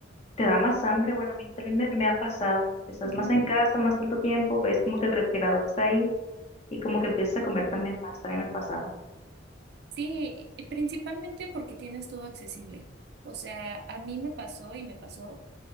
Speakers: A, on the left (about 35°); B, on the right (about 60°).
A: te da más hambre? Bueno, a mí también me, me ha pasado. Estás
B: Ujú.
A: más en casa, más tanto tiempo, ves como que el refrigerador está ahí y como que empiezas a comer también más. También me pasaba.
B: Sí, y principalmente porque tienes todo accesible. O sea, a mí me pasó y me pasó